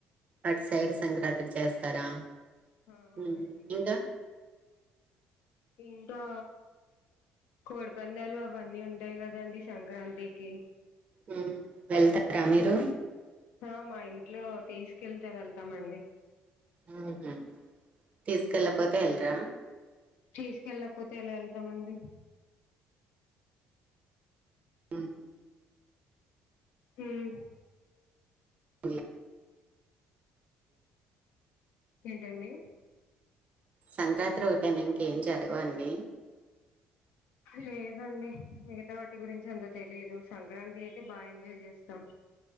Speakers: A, on the right (about 45°); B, on the left (about 80°).
A: అట్ సైడ్ సంక్రాంతి చేస్తారా
B: ఆ అవునండి
A: మ్ ఇంకా
B: ఇంకా కోడి పందాలు అవన్నీ ఉంటాయి కదండి సంక్రాంతికి
A: మ్ వెళ్తారా మీరు
B: ఆ మా ఇంట్లో తీసుకెళ్తే వెళ్తామండి
A: మ్ హు తీసుకెళ్ళకపోతే వెళ్లరా
B: తీసుకెళ్ళకపోతే ఎలా వెళ్తామండి
A: మ్
B: మ్
A: ఉంది
B: ఏంటండి
A: సంక్రాంతి ఓటేనా ఇంకేం జరగవండి
B: లేదండి మిగతా వాటి గురించి అంత తెలియదు సంక్రాంతి అయితే బాగా ఎంజాయ్ చేస్తాం